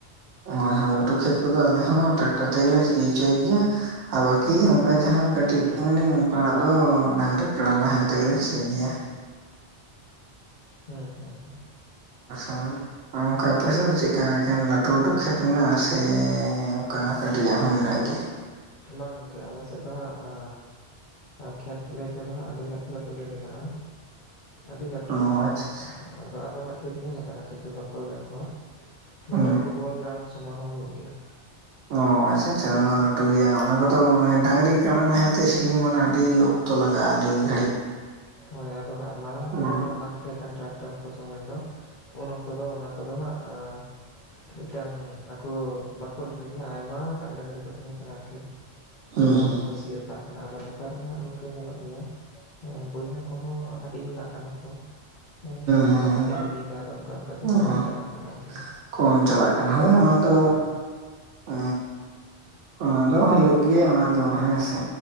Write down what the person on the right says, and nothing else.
ᱦᱳᱭ ᱦᱳᱭ ᱞᱟᱹᱴᱩ ᱠᱷᱮᱛ ᱠᱚᱫᱚ ᱟᱞᱮ ᱦᱚᱸ ᱴᱨᱟᱠᱴᱟᱨ ᱛᱮᱜᱞᱮ ᱥᱤ ᱦᱚᱪᱚᱭ ᱜᱮᱭᱟᱼᱼ ᱟᱨ ᱵᱟᱹᱠᱤ ᱚᱱᱠᱟ ᱡᱟᱦᱟᱸ ᱠᱟᱹᱴᱤᱡ
ᱚᱱᱮᱚᱱᱠᱟᱱᱟᱜ ᱫᱚ ᱰᱟᱝᱨᱤ ᱠᱟᱲᱟ ᱱᱟᱦᱮᱞ ᱛᱮᱜᱮᱞᱮ ᱥᱤ ᱜᱮᱭᱟ।
<inaudible> ᱟᱨ ᱚᱱᱠᱟ ᱟᱯᱮ ᱥᱮᱫ ᱫᱚ ᱪᱮᱫ ᱞᱮᱠᱟ ᱮᱠᱮᱱ ᱞᱟᱹᱴᱩ ᱞᱟᱹᱴᱩ ᱠᱷᱮᱛ ᱢᱮᱱᱟᱜ ᱥᱮ ᱚᱱᱠᱟ ᱠᱟᱹᱴᱤᱡ ᱟᱜ ᱦᱚᱸ ᱢᱮᱱᱟᱜ ᱜᱮᱭᱟ᱾
ᱚ
ᱟᱪᱪᱷᱟ
ᱟᱪᱪᱷᱟ
ᱦᱩᱸ
ᱚ ᱟᱪᱪᱷᱟ ᱟᱪᱪᱷᱟ,
<unintelligible> ᱢᱟᱞᱟᱹᱴᱩ ᱜᱮᱭᱟ ᱚᱱᱟᱼᱼ ᱠᱚᱫᱚ ᱢᱟᱱᱮ ᱰᱟᱝᱨᱤ ᱠᱟᱲᱟ ᱱᱟᱦᱮᱞᱛᱮ ᱥᱤ, ᱢᱟᱱᱮ ᱟᱹᱰᱤ ᱚᱠᱛᱚ ᱞᱟᱜᱟᱜᱼᱟ ᱟᱹᱰᱤ ᱜᱷᱟᱹᱲᱤᱡ।
ᱦᱩᱸ
ᱦᱩᱸ
ᱦᱩᱸ
ᱦᱩᱸ ᱦᱩᱸ
ᱦᱩᱸ
ᱦᱩᱸ
ᱠᱚᱢ ᱪᱟᱞᱟᱜ ᱠᱟᱱᱟ, ᱦᱳᱭ
ᱚᱱᱟ ᱫᱚᱻ
ᱮ ᱚᱱᱟ ᱫᱚ ᱦᱳᱭᱳᱜ ᱜᱮᱭᱟ ᱚᱱᱟ ᱫᱚᱦᱟᱜ ᱦᱮᱸᱥᱮ।